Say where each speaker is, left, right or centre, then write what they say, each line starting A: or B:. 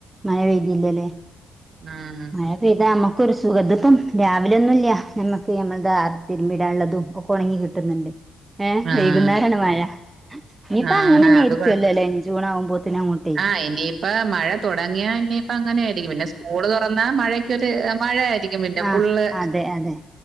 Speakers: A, on the right (about 15°); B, on the right (about 55°).
A: മഴ പെയ്തില്ല ലേ
B: ആഹ്
A: അതെ ഇത് മ്മക്കൊരു സുഖം. തിപ്പം രാവിലെ ഒന്നുല്ല, നമ്മക്ക് നമ്മളത തിരുമ്പിടാനുള്ളതും ഒ ഒണങ്ങി കിട്ടുന്നുണ്ട് ഏഹ്
B: ആഹ്
A: വൈകുന്നേരാണ് മഴ. ഇനിയിപ്പ
B: ആഹ്
A: അങ്ങൻ തന്നെയായിരിക്കുവല്ലേ.
B: അത് കൊഴ
A: അല്ലേ. ജൂണാകുമ്പോത്തിനങ്ങോട്ട്.
B: ആഹ് ഇനിയിപ്പ മഴ തുടങ്ങിയാ നിയിപ്പ അങ്ങനെ ആയിരിക്കും. പിന്നെ സ്കൂൾ തുറന്നാ മഴക്ക് മഴയായിരിക്കും. പിന്നെ
A: ആഹ്
B: ഫുള്ള്.
A: അതെ അതെ